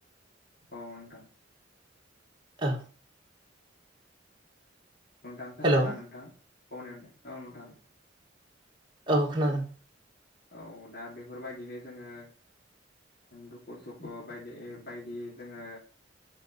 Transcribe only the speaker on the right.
औ
हेलौ
औ खोनादों